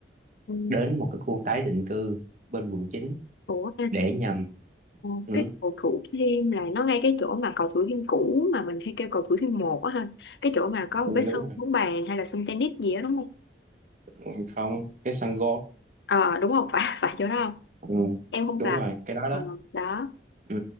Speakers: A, on the left; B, on the right.
A: Ừ.
B: đến một cái khu tái định cư bên quận chín
A: Ủa
B: để nhằm
A: Ờ,
B: ừ,
A: cái cầu Thủ Thiêm là nó ngay cái chỗ mà cầu Thủ Thiêm cũ mà mình hay kêu cầu Thủ Thiêm một á ha cái chỗ mà có một
B: đúng
A: cái sân
B: rồi
A: bóng bàn hay là sân tennis gì đó đúng không
B: Ừ, không cái sân golf
A: ờ đúng không <laughs> phải phải chỗ đó không
B: ừ,
A: em không
B: đúng
A: rành
B: rồi cái đó
A: ừ,
B: đó
A: đó
B: ừ